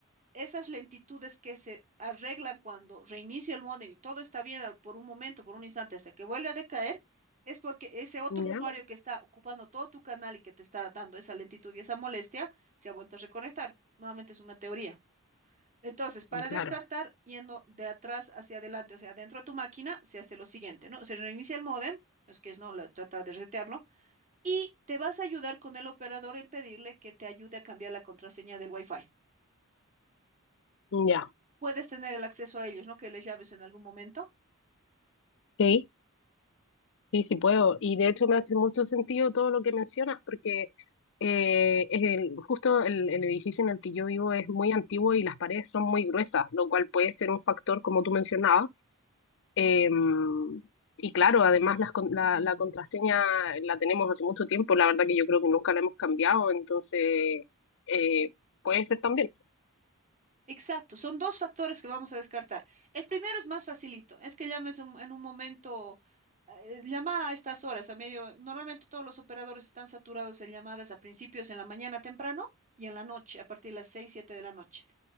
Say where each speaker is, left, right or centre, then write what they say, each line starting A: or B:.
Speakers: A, on the right (about 35°); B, on the left (about 60°).
A: esas lentitudes que se arreglan cuando reinicio el módem y todo está bien al- por un momento, por un instante, hasta que vuelve a decaer, es porque ese otro
B: ya,
A: usuario que está ocupando todo tu canal y que te está dando esa lentitud y esa molestia, se ha vuelto a reconectar. Nuevamente es una teoría. Entonces, para
B: claro,
A: descartar, yendo de atrás hacia adelante, o sea, dentro de tu máquina, se hace lo siguiente, ¿no? Se reinicia el módem, es que es no, la- trata de resetearlo, y te vas a ayudar con el operador en pedirle que te ayude a cambiar la contraseña del Wi-Fi.
B: ya.
A: puedes tener el acceso a ellos, ¿no? Que les llames en algún momento.
B: Sí, sí, sí puedo. Y de hecho me hace mucho sentido todo lo que mencionas porque eh, es el- justo el, el edificio en el que yo vivo es muy antiguo y las paredes son muy gruesas, lo cual puede ser un factor, como tú mencionabas. Em, y claro, además las con- la, la contraseña la tenemos hace mucho tiempo, la verdad que yo creo que nunca la hemos cambiado, entonces eh, puede ser también.
A: Exacto, son dos factores que vamos a descartar. El primero es más facilito, es que llames un- en un momento, eh, llama a estas horas, a medio, normalmente todos los operadores están saturados en llamadas a principios en la mañana temprano y en la noche, a partir de las 6 7 de la noche.